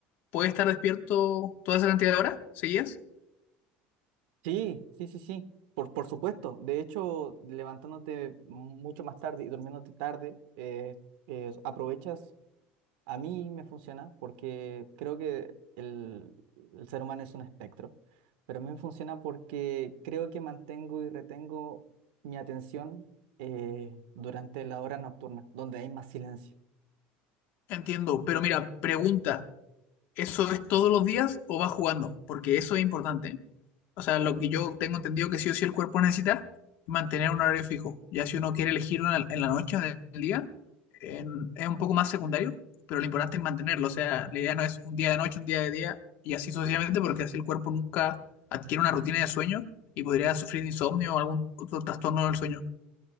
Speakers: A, on the left (about 45°); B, on the right (about 80°).
A: ¿puede estar despierto toda esa cantidad de horas seguidas?
B: Sí, sí, sí, sí. Por, por supuesto. De hecho, levantándote mucho más tarde y durmiéndote tarde, eh, eh, aprovechas A mí me funciona porque creo que el, el ser humano es un espectro, pero a mí me funciona porque creo que mantengo y retengo mi atención eh, durante la hora nocturna, donde hay más silencio.
A: Entiendo, pero mira, pregunta. ¿Eso es todos los días o vas jugando? Porque eso es importante. ¿eh? O sea, lo que yo tengo entendido que sí o sí el cuerpo necesita es mantener un horario fijo. Ya si uno quiere elegir una en la noche o en el día, en- es un poco más secundario, pero lo importante es mantenerlo. O sea, la idea no es un día de noche, un día de día y así sucesivamente, porque así el cuerpo nunca adquiere una rutina de sueño y podría sufrir de insomnio o algún otro trastorno del sueño.